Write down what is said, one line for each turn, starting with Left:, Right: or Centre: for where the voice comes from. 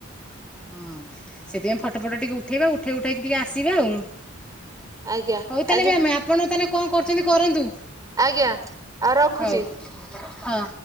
Centre: ହୁଁ ସେଥିପାଇଁ ଫଟୋ ଫଟ ଟିକେ ଉଠେଇବା ଉଠେଇ ଉଠେଇକି ଟିକେ ଆସିବା ଆଉ।
Right: ଆଜ୍ଞା
Centre: ହଉ ତାହେଲେ
Right: ଆଜ୍ଞା
Centre: ବି ଆମେ ଆପଣ ତାହେଲେ କଣ କରୁଛନ୍ତି କରନ୍ତୁ।
Right: ଆଜ୍ଞା, ଆଉ ରଖୁଛି।
Centre: ହଉ ହଁ।